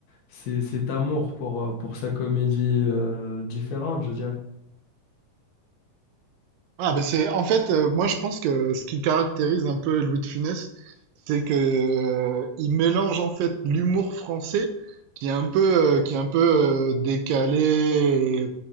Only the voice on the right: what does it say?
Ah, ben c'est, en fait, euh, moi je pense que ce qui caractérise un peu Louis de Funès, c'est que euh, il mélange en fait l'humour français qui est un peu, euh, qui est un peu euh, décalé